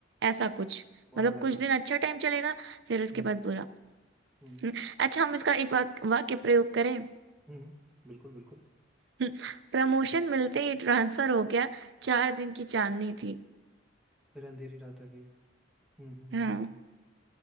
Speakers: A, on the right; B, in the centre.
A: ऐसा कुछ
B: बहुत
A: मतलब
B: बड़ा
A: कुछ
B: दुख
A: दिन अच्छा टाइम चलेगा फिर उसके
B: हम्म
A: बाद बुरा
B: हम्म
A: <laughs> अच्छा हम इसका एक वाक, वाक्य प्रयोग करें
B: हम्म बिल्कुल बिल्कुल
A: <laughs> प्रमोशन मिलते ही ट्रांसफर हो गया चार दिन की चांदनी थी
B: फिर अंधेरी रात आ गई हम्म हम्म हम्म,
A: हाँ
B: हम्म।